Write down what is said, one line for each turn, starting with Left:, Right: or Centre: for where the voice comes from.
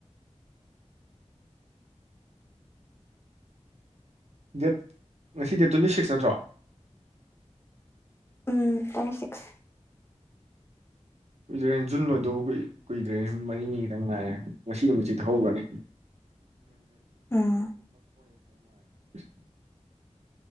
Right: ꯗꯦꯠ ꯉꯁꯤ ꯗꯦꯠ ꯇ꯭ꯋꯦꯟꯇꯤ ꯁꯤꯛꯁ ꯅꯠꯇ꯭ꯔꯣ
Left: ꯎꯝ ꯇ꯭ꯋꯦꯟꯇꯤ ꯁꯤꯛꯁ
Right: ꯑꯩꯈꯣꯏ ꯖꯔꯦꯟ ꯖꯨꯟ ꯑꯣꯏꯗꯧꯕ ꯑꯩꯈꯣꯏ ꯀꯨꯏꯗ꯭ꯔꯦ ꯅꯨꯃꯤꯠ ꯃꯔꯤꯅꯤ ꯈꯛꯇꯪ ꯉꯥꯏꯔꯦ ꯉꯁꯤꯗ ꯃ ꯆꯤꯊꯍꯈ꯭ꯔꯅꯤ
Left: ꯎꯝ
Right: <unintelligible>